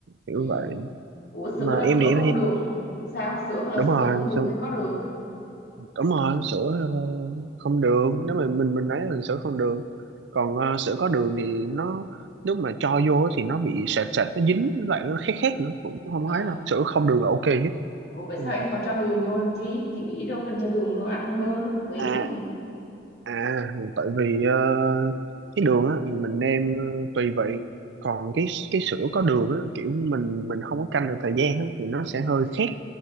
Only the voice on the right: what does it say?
kiểu
vậy
mà
em
thì em
thì
đúng rồi
đúng rồi sữa ờ, không đường nếu mà mình mình lấy là sữa không đường còn ờ, sữa có đường thì nó lúc mà cho vô thì nó bị sệt sệt nó dính lại nó khét khét nữa cũng không
ấy đâu sữa không đường là ok nhất
Ừ.
à
à tại vì ờ, cái đường á thì mình nêm ờ, tùy vị còn cái cái sữa có đường á kiểu mình mình không có canh được thời gian á, thì nó sẽ hơi khét